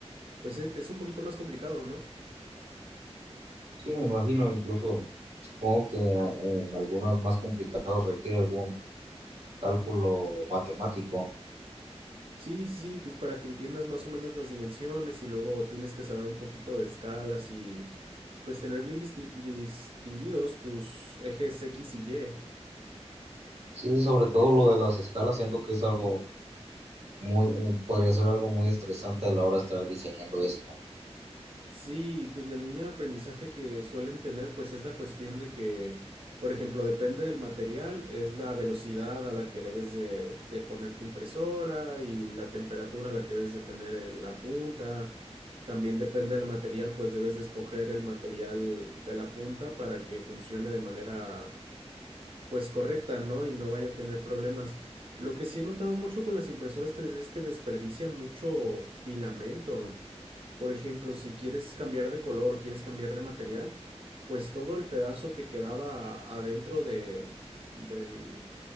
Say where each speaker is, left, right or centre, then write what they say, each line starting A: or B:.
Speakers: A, on the right (about 55°); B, on the right (about 70°).
A: pues es, es un poquito más complicado, ¿no?
B: Sí, me imagino, incluso supongo que en algunos más complicados requiere algún cálculo matemático.
A: Sí, sí, sí, pues para que entiendas más o menos las dimensiones y luego tienes que saber un poquito de escalas y pues tener bien disti- distinguidos tus ejes X y Y.
B: Sí, sobre todo lo de las escalas, siento que es algo muy, eh, podría ser algo muy estresante a la hora de estar diseñando esto.
A: Sí, y pues la línea de aprendizaje que suelen tener, pues es la cuestión de que, por ejemplo, depende del material, es la velocidad a la que debes de, de poner tu impresora y la temperatura a la que debes de tener el- la punta. También depende del material, pues debes de escoger el material de la punta para que funcione de manera pues correcta, ¿no? Y no vaya a tener problemas. Lo que sí he notado mucho con las impresoras 3D es que desperdician mucho filamento. Por ejemplo, si quieres cambiar de color, quieres cambiar de material, pues todo el pedazo que quedaba adentro de, del,